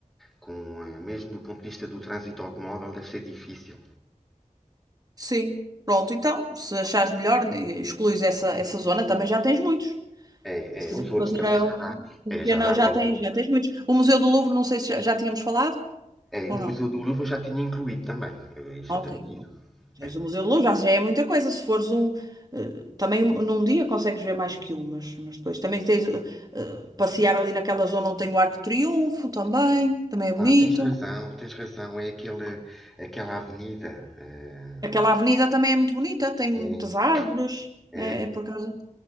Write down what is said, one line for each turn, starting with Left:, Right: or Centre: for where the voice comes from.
Centre: com, eh, mesmo do ponto de vista do trânsito automóvel, deve ser difícil.
Right: Sim. Pronto, então, se achares melhor, eh, excluís essa, essa zona, também já tens muitos.
Centre: É,
Right: Se
Centre: é,
Right: quiseres
Centre: os outros
Right: fazer
Centre: também
Right: eh, um,
Centre: já dá,
Right: um
Centre: é,
Right: pequeno,
Centre: já dá
Right: já
Centre: para o,
Right: tens, já tens muitos. O Museu do Louvre, não sei se já, já tínhamos falado
Centre: é,
Right: ou
Centre: o
Right: não.
Centre: Museu do Louvre eu já tinha incluído também, Eh, isso
Right: Ok,
Centre: eu tenho que
Right: pronto.
Centre: ir.
Right: Tens
Centre: É.
Right: o Museu do Louvre, já, já é muita coisa. Se fores um. eh, Também um- num dia consegues ver mais que um, mas, mas depois também tens eh, eh, passear ali naquela zona onde tem o Arco de Triunfo também, também é bonito.
Centre: Ah, tens razão, tens razão, é aquela, aquela avenida, eh,
Right: Aquela avenida também é muito bonita, tem muitas
Centre: é,
Right: árvores,
Centre: é,
Right: é, é por causa.